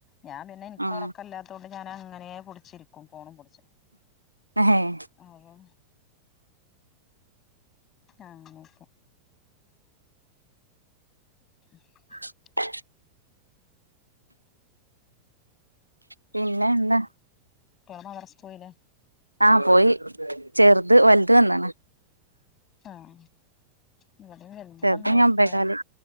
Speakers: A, on the left; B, on the right.
A: ഞാൻ പിന്നെ എനിക്ക്
B: ആഹ്
A: ഉറക്കല്ലാത്തുകൊണ്ട് ഞാൻ അങ്ങനെ പിടിച്ചിരിക്കും ഫോണും പിടിച്ച്
B: ഏഹ്
A: ആവോ ആങ്ങനെയക്കെ <unintelligible>
B: ട്ട് <unintelligible> പിന്നെ എന്താ
A: കുട്ട്യേള് മദർസ്ക്ക് പോയിലെ
B: ആഹ പൊയീ ചെർത് വൽത് വന്നാണ്
A: ആഹ ഇവിടേം വെൽത്
B: ചെറുത്
A: വന്ന്പോയ്‌
B: ഇഞ്ഞ് ഒമ്പേകാല്
A: ഏ